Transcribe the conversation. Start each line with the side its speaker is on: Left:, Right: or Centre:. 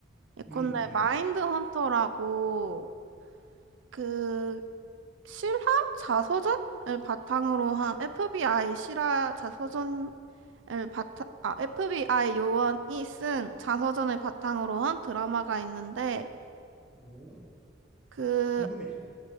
Right: 예컨대
Centre: 음, 음.
Right: 마인드 헌터라고 그 실화 자서전을 바탕으로 한 FBI 실화 자서전을 바탕 아 FBI 요원이 쓴 자서전을 바탕으로 한 드라마가 있는데
Centre: 오,
Right: 그
Centre: 궁금해진다.